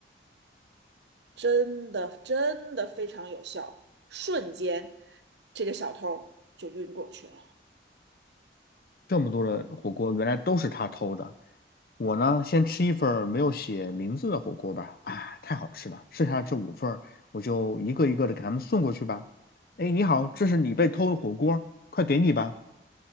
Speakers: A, on the right; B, on the left.
A: 真的真的非常有效，瞬间这个小偷就晕过去了。
B: 这么多的火锅原来都是他偷的。我呢，先吃一份儿没有写名字的火锅吧，啊，太好吃了！剩下的这五份儿，我就一个一个的给他们送过去吧。哎，你好，这是你被偷的火锅，快给你吧！